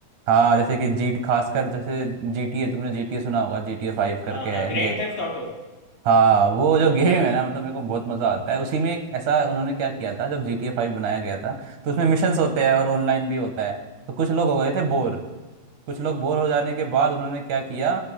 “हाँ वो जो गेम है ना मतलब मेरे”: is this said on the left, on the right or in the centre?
Right